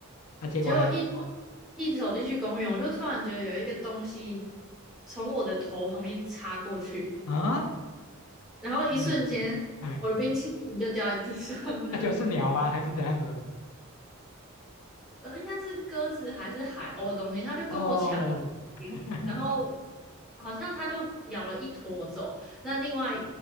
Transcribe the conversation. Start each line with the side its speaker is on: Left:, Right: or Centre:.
Left: 那、结果呢？
Centre: 结果一走一走进去公园，我就突然觉得有一个东西从我的头旁边插过去，
Left: 啊，
Centre: 然后一瞬间，
Left: 嗯，哎，
Centre: 我的冰淇淋就掉在地上了。
Left: 那、就是鸟吗？还是怎样子？
Centre: 呃，应该是鸽子还是海鸥的东西，他就跟我抢我的东西然后
Left: 哦，<laughs>
Centre: 好像他就咬了一坨走，那另外